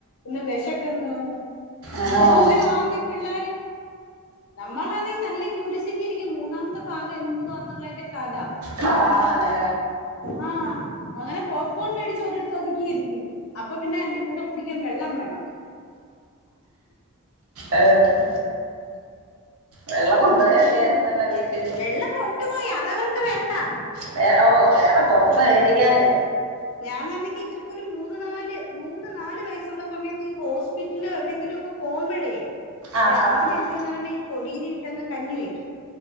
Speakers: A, on the left (about 70°); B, on the right (about 75°).
A: ഇന്ന് വേഷക്ക്ന്ന്
B: ആഹ്
A: ന്തെല്ലാം ആന്നി പിള്ളാര് നമ്മളാന്നെ നല്ല ക്യൂരിസിറ്റിരിക്കും മൂന്നാംത്തെ ഭാഗം എന്തുവാന്ന്ള്ളെന്റെ കഥ
B: കാണാന്
A: ആ അങ്ങനെ പോപ്കോൺ മേടിച്ച് ഒരിടത്ത് ഒത്ക്കി ഇര്ത്തി അപ്പ പിന്നെ അയ്ന്റെ കൂടെ കുടിക്കാൻ വെള്ളം വേണം
B: അതെതെ വെള്ളം കൊണ്ടയാ
A: എന്ത് പേര്
B: അതിയായ്ര്ന്നല്ലേ വീട്ടീന്ന്
A: വെള്ളം കൊ ണ്ട് പോയി അതവർക്ക് വേണ്ടാ
B: വേ ഓ വേറെ പൊറതന്ന് വേടിക്കാന്
A: ഞാനാന്നങ്കി ഇവർക്കൊരു മൂന്ന് നാല് മൂന്ന് നാല് വയസുള്ള സമയത്ത് ഈ ഹോസ്പിറ്റ്ലോ എവിടെങ്കിലും ഒക്ക പോമ്പഴേ
B: ആഹ്
A: രാവിലെ
B: ആഹ്
A: എന്തെന്ന ഈ പൊടീരി ഇട്ടങ്ങ് കഞ്ഞി വെക്ക്യും